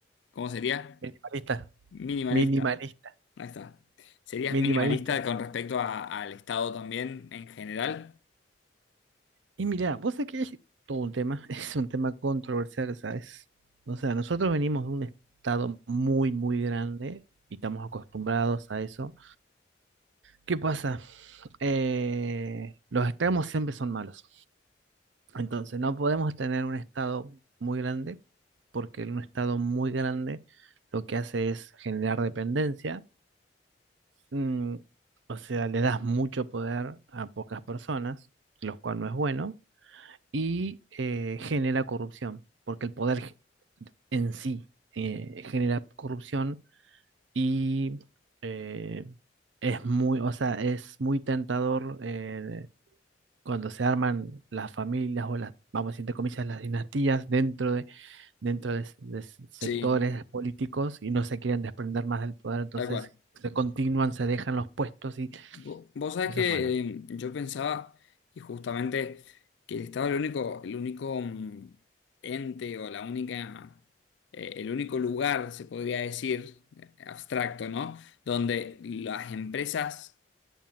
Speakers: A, on the left; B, on the right.
A: ¿cómo sería?
B: Minimalista,
A: Minimalista.
B: minimalista,
A: Ahí está. ¿Serías
B: minimalista.
A: minimalista con respecto a- al Estado también en general?
B: Y mira, vos sabés que es todo un tema, <laughs> es un tema controversial, ¿sabes? O sea, nosotros venimos de un estado muy, muy grande y estamos acostumbrados a eso. ¿Qué pasa? Eh, los extremos siempre son malos. Entonces, no podemos tener un estado muy grande porque un estado muy grande lo que hace es generar dependencia. mm, o sea, le das mucho poder a pocas personas, lo cual no es bueno, y eh, genera corrupción, porque el poder ge- en sí eh, genera corrupción y eh, es muy, o sea, es muy tentador eh, cuando se arman las familias o las, vamos a decir, entre comillas, las dinastías dentro de dentro de, de sectores
A: Sí,
B: políticos y no se quieren desprender más del poder, entonces
A: tal cual.
B: se continúan, se dejan los puestos y
A: Vo- Vos sabés
B: eso
A: que
B: es malo.
A: eh, yo pensaba, y justamente, que el Estado es el único, el único mm, ente o la única, eh, el único lugar, se podría decir, eh, abstracto, ¿no? Donde las empresas